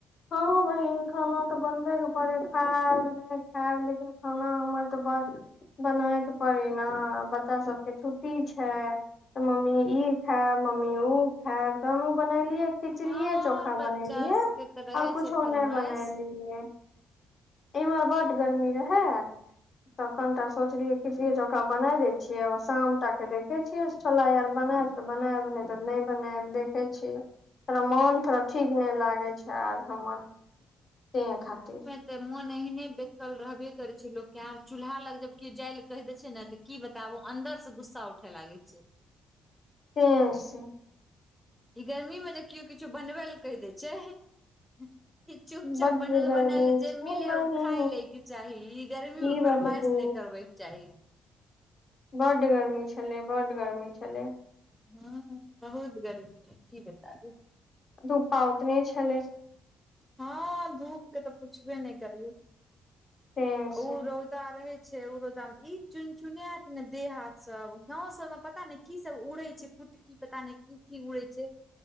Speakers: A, on the left; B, in the centre.
A: हँ बहिन खाना तऽ बनबेके पड़े खाएब नहि खाएब लेकिन खाना हमर तऽ बन बनाय के पड़ी न बच्चा सबके छुट्टी छै तऽ मम्मी ई खायब मम्मी उ खायब तहन उ बैनैयली खिचड़ीेए
B: हँ
A: चोखा
B: बच्चा
A: बनेलियै
B: सबके
A: आऔर
B: तऽ रहै
A: कुछो
B: छै फरमाइश
A: नहि बनेलियै इमहर बड गरमी रहै तऽ कनिटा सोचलियै खिचड़ीए चोखा बना दै छियै शामटा के देखै छियै छोला आर ब अपने स बनायब नहि तऽ नहि बनायब देखै छियै तोड़ा मोन थोड़ा ठीक नहि लागै छै आर हमर ते खातिर
B: त मोन एहने बेतल रहबे करे छै लोक के आर चूल्हा लग जब की जाय ले कहि दे छै ने त की बताब अन्दर से गुस्सा उठे लागै छै
A: हू से
B: ई गर्मी मे जे केओ किछो बनबै लए कहि दै छै ई चुपचाप
A: बड्ड
B: बनल
A: गर्मी
B: बनाल जे
A: छै
B: मिले
A: बहिन
B: उ खाय ले के चाही इ गर्मी
A: की
B: मे फरमाइश
A: बतबू
B: नै कर करबैके चाही
A: बड गर्मी छलै बड गर्मी छलै
B: ह बहुत गर्मी रहै की बताबी
A: धूप्पा ओतने छलै
B: हँ धूप के तऽ पुछबे नहि करियौ
A: तें से
B: उ रौदा रहे छैय उ रोदा मे ई चुन चुनाएत ने देह हाथ सब गाँव सब मे पता नैय की सब उड़ै छै कुटकी पता नहि की की उड़ै छै